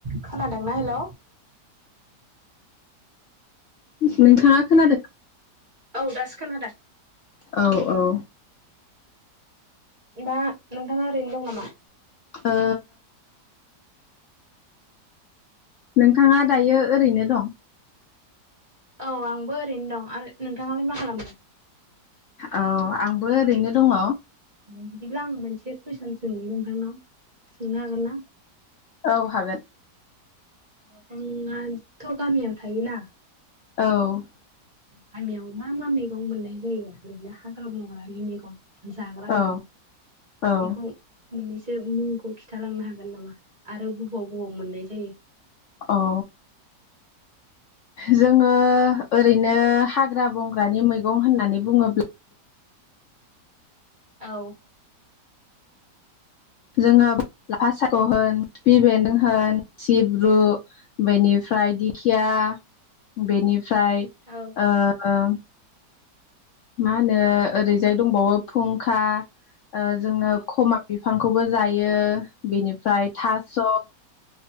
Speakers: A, on the right; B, on the left.
A: <inaudible> खोनादोंना हेल'
B: नोंथाङा खोनादों
A: औ दासो खोनादों
B: औ औ
A: दा नोंथाङा ओरैनो दं नामा
B: ओ नोंथाङा दायो ओरैनो दं
A: औ आंबो ओरैनो दं आरो नोंथाङालाय मा खालामदों
B: औ आंबो ओरैनो दङ
A: बिदिब्ला आं मोनसे कुइसन सोंनो नोंथांनाव सोंनो हागोन ना
B: औ हागोन
A: नोंथाङाथ' गामियाव थायोना
B: औ
A: गामियाव मा मा मैगं मोननाय जायो ओरैनो हाग्रा बंग्रानि मैगं जाग्रा
B: औ
A: मैगं
B: औ
A: बेखौ मोननैसो मुंखौ खिनथालांनो हागोन नामा आरो बबाव बबाव मोननाय जायो
B: औ जोङो ओरैनो हाग्रा बंग्रानि मैगं होननानै बुङोब्ला
A: औ
B: जोङो लाफासाइख' होन खिफि बेनदों होन सिब्रु बेनि ओमफ्राय दिखिया बेनिफ्राय
A: औ
B: ओ ओं मा होनो ओरैजाय दंबावो खुंखा जोङो
A: औ
B: ख'मा बिबार बिफांखौबो जायो बिनिफ्राय थास'